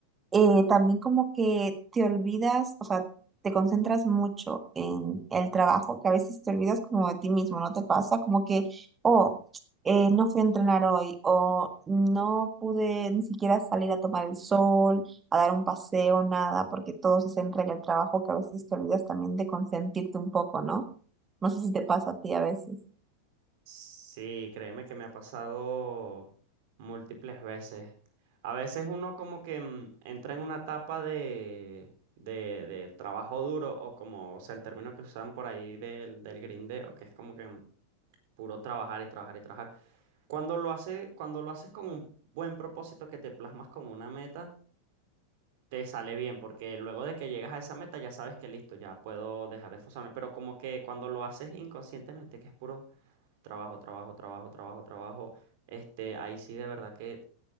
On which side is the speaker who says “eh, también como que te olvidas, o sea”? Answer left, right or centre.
Right